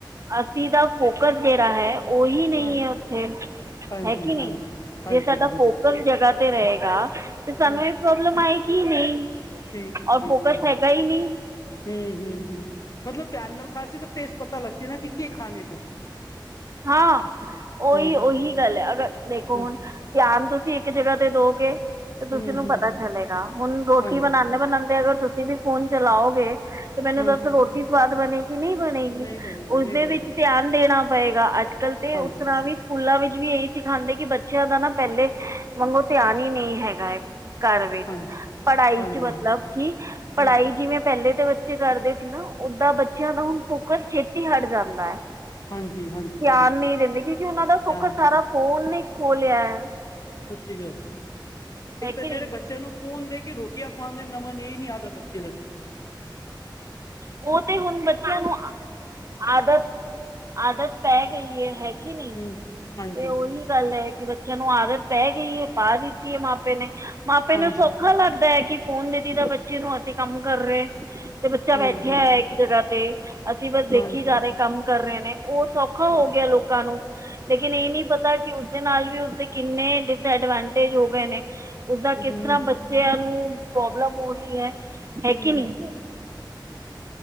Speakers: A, on the right; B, on the left.
A: ਅਸੀਂ ਦਾ ਫੋਕਸ ਜਿਹੜਾ ਹੈ, ਉਹੀ ਨਹੀਂ
B: ਹਾਂ
A: ਹੈ ਉੱਥੇ
B: ਹਾਂਜੀ
A: ਹੈ ਕੀ ਨੀ,
B: ਹਾਂਜੀ ਹਾਂਜੀ
A: ਜੇ ਸਾਡਾ
B: ਹਾਂਜੀ
A: ਫੋਕਸ ਜਗਾ ਤੇ ਰਹੇਗਾ ਤੇ ਸਾਨੂੰ
B: ਹਮ
A: ਇਹ ਪ੍ਰੋਬਲਮ ਆਏਗੀ ਹੀ ਨਹੀਂ।
B: ਠੀਕ ਹੈ-
A: ਔਰ
B: ਠੀਕ
A: ਫੋਕਸ
B: ਹੈ ਹਾਂਜੀ।
A: ਹੈਗਾ ਹੀ ਨਹੀਂ
B: ਹੂੰ-ਹੂੰ, ਹੂੰ ਮਤਲਬ ਧਿਆਨ ਨਾਲ ਖਾਸੀ ਤਾਂ ਟੇਸਟ ਪਤਾ ਲੱਗ ਸੀ ਨਾ ਕਿ, ਕੀ ਖਾਣੇ ਪਿਆ।
A: ਹਾਂ ਉਹੀ-
B: ਹਮ
A: ਉਹੀ ਗੱਲ ਹੈ ਅਗਰ ਦੇਖੋ
B: ਹ
A: ਹੁਨ- ਧਿਆਨ ਤੁਸੀਂ ਇੱਕ ਜਗਾ ਤੇ ਦੋਗੇ, ਤੇ ਤੁਸੀਂ
B: ਹਮ
A: ਨੂੰ ਪਤਾ
B: ਹਮ
A: ਚਲੇਗਾ ਹੁਣ ਰੋਟੀ
B: ਹਾਂਜੀ
A: ਬਣਾਂਦੇ- ਬਣਾਂਦੇ ਅਗਰ ਤੁਸੀਂ ਵੀ ਫੋਨ ਚਲਾਓਗੇ, ਤੇ ਮੈਨੂੰ
B: ਹਾਂ
A: ਦੱਸੋ ਰੋਟੀ ਸਵਾਦ ਬਣੇਗੀ ਨਹੀਂ ਬਣੇਗੀ
B: ਨਹੀਂ ਬਣੇਗੀ
A: ਉਸਦੇ
B: ਨਹੀਂ ਬਣੇਗੀ
A: ਵਿੱਚ ਧਿਆਨ, ਦੇਣਾ ਪਏਗਾ ਅੱਜ ਕੱਲ ਤੇ
B: ਹਾਂਜੀ
A: ਉਸ ਤਰਾਂ ਵੀ, ਸਕੂਲਾਂ ਵਿੱਚ ਵੀ ਇਹੀ ਸਿਖਾਉਂਦੇ ਕਿ ਬੱਚਿਆਂ ਦਾ ਨਾ ਪਹਿਲੇ ਵਾਂਗੋ ਧਿਆਨ ਹੀ ਨਹੀਂ ਹੈਗਾ ਹੈ। ਘਰ ਵਿੱਚ
B: ਹਾਂਜੀ
A: ਪੜਾਈ
B: ਹਾਂਜੀ
A: ਚ ਮਤਲਬ ਕਿ ਪੜਾਈ
B: ਹਮ
A: ਜਿਵੇਂ, ਪਹਿਲੇ ਤੇ ਬੱਚੇ ਕਰਦੇ ਸੀ ਨਾ ਓਦਾਂ ਬੱਚਿਆਂ ਦਾ ਹੁਣ ਫੋਕਸ ਛੇਤੀ ਹਟ ਜਾਂਦਾ ਹੈ।
B: ਹਾਂਜੀ- ਹਾਂਜੀ।
A: ਧਿਆਨ
B: ਹਾਂਜੀ
A: ਨਹੀਂ ਦਿੰਦੇ, ਕਿਉਂਕਿ ਉਹਨਾਂ ਦਾ ਫੋਕਸ
B: ਧਿਆਨ
A: ਸਾਰਾ ਫੋਨ ਨੇ ਖੋ ਲਿਆ ਹੈ।
B: ਸਤਿ ਸ਼੍ਰੀ ਅਕਾਲ, ਇੱਕ
A: ਹੈ ਕਿ
B: ਤਾਂ ਜਿਹੜੇ
A: ਨਹੀਂ
B: ਬੱਚੇ- ਬੱਚਿਆਂ ਨੂੰ ਫੋਨ ਦੇ ਕੇ ਰੋਟੀਆਂ ਖਵਾਉਣ ਦੇ ਨਾ ਮਨ ਇਹ ਨੀ ਆਦਤ ਅਛੀ ਲਗ-
A: ਉਹ ਤੇ ਹੁਣ ਬੱਚਿਆਂ ਨੂੰ ਆਦਤ- ਆਦਤ ਪੈ ਗਈ ਹੈ ਹੈਗੀ। ਕੀ ਨਹੀਂ
B: ਹਮ ਹਾਂਜੀ
A: ਤੇ ਉਹੀ ਗੱਲ ਹੈ ਕਿ ਬੱਚਿਆਂ ਨੂੰ ਆਦਤ ਪੈ ਗਈ ਹੈ ਬਾਅਦ ਚ, ਕੀ ਮਾਪੇ ਨੇ, ਮਾਪੇ
B: ਹਾਂਜੀ
A: ਨੂੰ ਸੌਖਾ ਲੱਗਦਾ ਹੈ ਕਿ ਫੋਨ ਦੇਤੀ ਤਾਂ ਬੱਚੇ ਨੂੰ ਅਸੀਂ ਕੰਮ ਕਰ ਰਹੇ। ਤੇ ਬੱਚਾ
B: ਹਾਂ
A: ਬੈਠਿਆ
B: ਹਾਂ
A: ਐ ਇੱਕ ਜਗਾ ਤੇ ਅਸੀਂ ਬਸ ਦੇਖੀ
B: ਹਾਂਜੀ
A: ਜਾ ਰਹੇ ਕੰਮ ਕਰ ਰਹੇ ਨੇ ਉਹ ਸਭ, ਸੋਖਾ
B: ਹੂੰ
A: ਹੋ ਗਿਆ ਲੋਕਾਂ ਨੂੰ ਲੇਕਿਨ ਇਹ ਨੀ ਪਤਾ ਕੀ ਉਸਦੇ ਨਾਲ ਵੀ ਉਸਦੇ ਕਿੰਨੇ ਡਿਸਐਡਵਾਂਟੇਜ ਹੋ ਗਏ ਨੇ, ਉਸਦਾ ਕਿਸ
B: ਹੂੰ
A: ਤਰਾਂ ਬੱਚਿਆਂ ਨੂੰ ਪ੍ਰੋਬਲਮ ਹੋ ਰਹੀ ਹੈ ਹੈ
B: ਹੂੰ
A: ਕੀ ਨੀ।